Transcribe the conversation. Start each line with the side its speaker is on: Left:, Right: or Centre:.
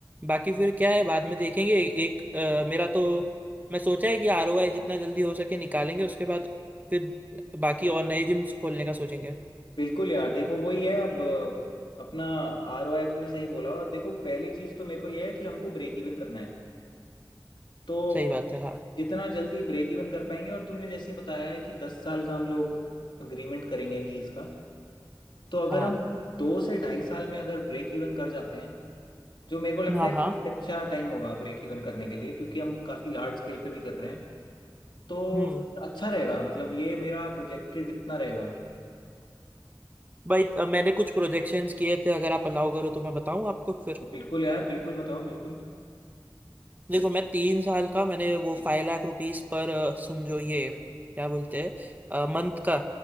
Right: बाकी फिर क्या है बाद में देखेंगे एक अ, मेरा तो मैं सोचा है कि आरओआई जितना जल्दी हो सके निकालेंगे उसके बाद फिर बाकी और नए जिम्स खोलने का सोचेंगे
Left: बिल्कुल यार देखो वही है अब अ, अपना आर ओ आई तुमने सही बोला और देखो पहली चीज तो मेरे को यह है कि हमको ब्रेक इवन करना है तो
Right: सही बात है हाँ
Left: जितना जल्दी ब्रेक इवन कर पाएंगे और तुमने जैसे बताया है कि दस साल का हम लोग अग्रीमेंट करेंगे लीज का तो अगर
Right: हाँ
Left: हम दो से ढाई साल में अगर ब्रेक इवन कर जाते हैं जो मेरे को लगता
Right: हाँ
Left: है काफी
Right: हाँ
Left: अच्छा टाइम होगा ब्रेक इवन करने के लिए क्योंकि हम काफी लार्ज स्केल पे भी कर रहे हैं तो
Right: हम्म
Left: फिर अच्छा रहेगा मतलब ये मेरा प्रोजेक्टेड इतना रहेगा
Right: भाई अ, मैंने कुछ प्रोजेक्शंस किए थे अगर आप अलाउ करो तो मैं बताऊं आपको फिर
Left: तो बिल्कुल यार बिल्कुल बताओ बिल्कुल
Right: देखो मैं तीन साल का मैंने वो फाइव लाख रुपीस पर अ, समझो ये क्या बोलते हैं मंथ का